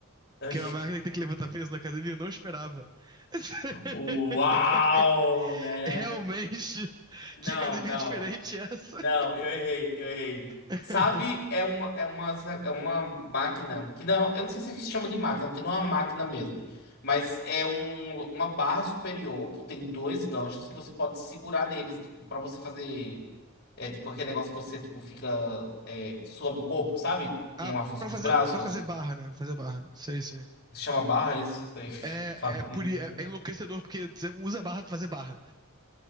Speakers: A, on the left; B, on the right.
A: <laughs>
B: Que é uma máquina que tem que levantar peso na academia? Eu não esperava. <laughs>
A: Uau, né?
B: Realmente,
A: Não,
B: que academia
A: não.
B: diferente é essa?
A: Não, eu errei, eu errei.
B: <laughs>
A: Sabe, é uma, é uma, é uma máquina que não, eu não sei se se chama de máquina, porque não é uma máquina mesmo, mas é um, uma barra superior que tem dois ganchos que você pode segurar neles, tipo, para você fazer é, tipo aquele negócio que você tipo fica é, sob o corpo, sabe?
B: Ah,
A: Com a força
B: pra
A: dos
B: fazer,
A: braços.
B: pra fazer barra, né? Fazer barra. Sei, sei.
A: Se chama barra, é isso? Sei. <laughs>
B: É, é, por, é, é enlouquecedor porque você usa barra pra fazer barra.